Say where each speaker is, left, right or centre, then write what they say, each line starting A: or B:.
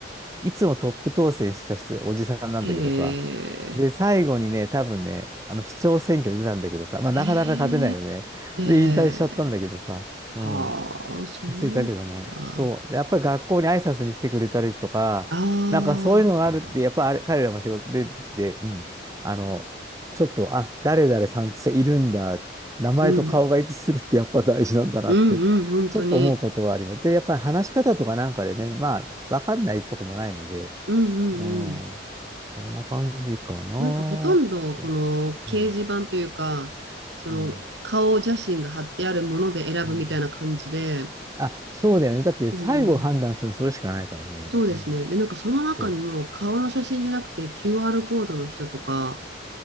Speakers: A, on the right (about 20°); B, on the right (about 75°).
A: いつもトップ当選した人、おじさんなんだけどさ、
B: へえ。
A: で、最後にね、多分ね、あの、市長選挙に出たんだけどさ、まあ、
B: へ
A: なかなか勝てないよね。
B: え。へえ。
A: で、引退しちゃったんだけどさ、
B: はあ、
A: うん。
B: そうなんだ。
A: していたけどね。そう。で、やっぱり学校に挨拶に来てくれたりとか、
B: ああ、
A: なんかそういうのがあるって、やっぱあれ、彼らも仕事で、で、うん。あの、ちょっと、あ、誰々さんっているんだ。名前と顔が一致するってやっぱ大事なんだなって、
B: うん。うんうん、本当に。
A: ちょっと思うことはあります。で、やっぱり話し方とかなんかでね、まあ、わかんないとこもないので、
B: うんう
A: うん、
B: んうん。
A: こんな感じかな
B: なんかほとんどこの掲示板というか、
A: ーって。うん。
B: その顔写真が貼ってあるもので選ぶみたいな感じで、
A: うんうんあ、そうだよね。だって最後判断するのそれしかないからね。
B: うん、そうですね。
A: うん、
B: で、なんかその中にも顔の写真じゃなくて
A: そう。
B: QR コードの人とか、